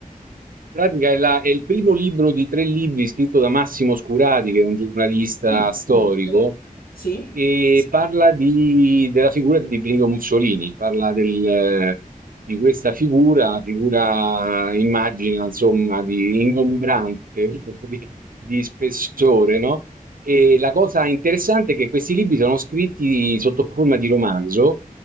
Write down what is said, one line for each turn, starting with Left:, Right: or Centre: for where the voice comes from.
Right: In pratica è, la- è il primo libro di tre libri scritto da Massimo Scurati, che è un giornalista
Left: Sì,
Right: storico,
Left: conosco. Sì?
Right: e parla di- della figura di Benito Mussolini, parla del- di questa figura, figura immagina insomma di ingombrante, <laughs> di, di spessore, no? E la cosa interessante è che questi libri sono scritti sotto forma di romanzo